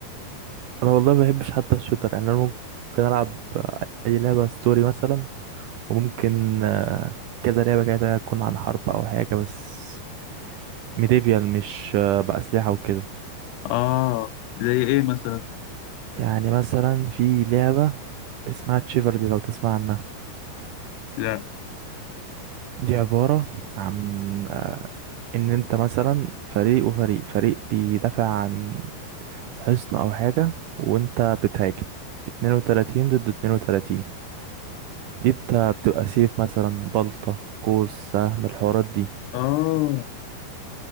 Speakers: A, on the right; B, on the left.
A: انا والله ما بحبش حتى الشوتر يعني انا ممكن العب اي لعبة ستوري مثلا وممكن آه، كذا لعبة كده تكون عن حرب او حاجة بس ميديفيال مش آه، بأسلحة وكده
B: اه زي ايه مثلا
A: يعني مثلا في لعبة اسمها تشيفرلي لو تسمع عنها
B: لا
A: دي عبارة عن إن أنت مثلا فريق وفريق فريق بيدافع عن حصن أو حاجة وأنت بتهاجم اتنين وتلاتين ضد اتنين وتلاتين دي أنت بتبقى سيف مثلا بلطة قوس سهم الحوارات دي
B: اه